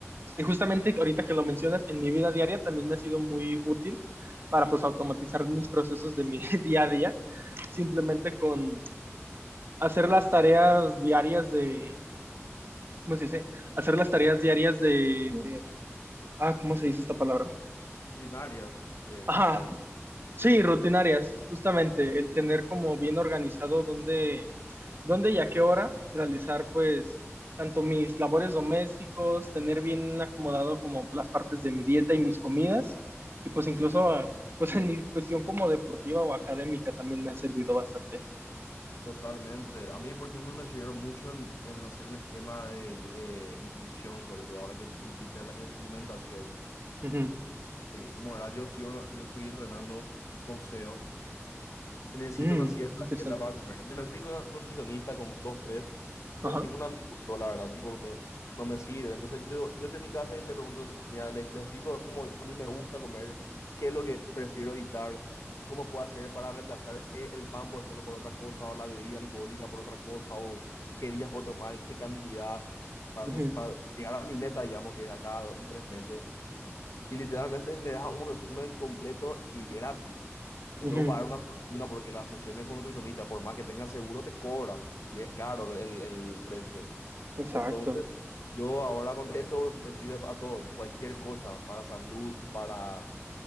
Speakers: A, on the right (about 50°); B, on the left (about 80°).
A: Y justamente ahorita que lo mencionas, en mi vida diaria también me ha sido muy útil para pues automatizar mis procesos de mi <laughs> día a día, simplemente con hacer las tareas diarias de ¿cómo se dice? Hacer las tareas diarias de, ah, ¿cómo se dice esta palabra?
B: Rutinarias, eh,
A: Ajá,
B: tu día a día.
A: sí, rutinarias, justamente, el tener como bien organizado dónde, dónde y a qué hora realizar, pues, tanto mis labores domésticos, tener bien acomodado como las partes de mi dieta y mis comidas, y pues incluso, pues en mi cuestión como deportiva o académica también me ha servido bastante.
B: Totalmente. A mí, por ejemplo, me sirvió mucho en, en hacer un esquema de, de nutrición, sobre todo ahora que dijiste la mi- alimentación.
A: Ujú.
B: Como verás, yo, sigo, yo estoy entrenando boxeo. Necesito
A: Mm,
B: una cierta
A: interesante.
B: dieta para comer. Ya me fui con una nutricionista con dos, tres, pero
A: Ajá.
B: ninguna me gustó, la verdad, tipo, me, no me sirve. Entonces yo, digo- yo estoy en mi casa y le pregunto, mira, le, le explico cómo a mí me gusta comer, qué es lo que prefiero evitar, cómo puedo hacer para reemplazar e- el pan, por ejemplo, por otra cosa, o la bebida alcohólica por otra cosa, o qué días puedo tomar, qué cantidad, para,
A: Ujú,
B: no, para llegar a mi meta, digamos, que es acá en tres meses. Y literalmente me deja un resumen completo y gratis. No
A: ujú.
B: tengo que pagar una fortuna porque las sesiones con nutricionista, por más que tengas seguro, te cobran y es caro el, el precio.
A: Exacto,
B: Entonces, yo ahora con <laughs> esto me sirve para todo y cualquier cosa, para salud, para